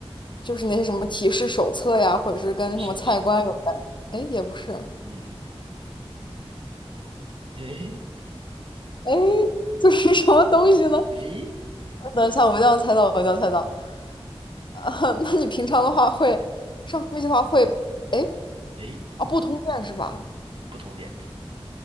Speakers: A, on the left (about 50°); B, on the right (about 60°).
A: 就是那些什么提示手册呀，或者是跟什么菜单有关，
B: 不是不是，
A: 哎，也不是，
B: 嗯，嘿嘿，
A: 哎，<laughs> 就是什么东西呢？
B: 诶
A: 等一下，我一定要猜到，我一定要猜到。啊，<laughs> 那你平常的话会上飞机的话会，哎，
B: 诶，
A: 啊，不通电是吧？
B: 不同点，